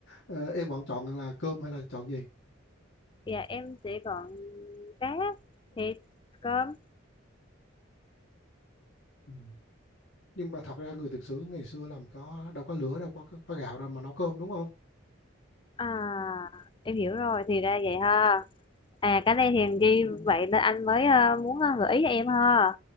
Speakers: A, on the left (about 60°); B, on the left (about 25°).
A: ờ, em vẫn chọn là cơm hay là chọn gì
B: Dạ em sẽ gọn cá, thịt, cơm.
A: ừ. nhưng mà thật ra người thực sự ngày xưa làm có đâu có lửa đâu có có, có gạo đâu mà nấu cơm đúng không
B: À em hiểu rồi thì ra vậy ha. À cái này thì ghi
A: ừ.
B: vậy nên anh mới ờ, muốn ờ, gợi ý cho em ha.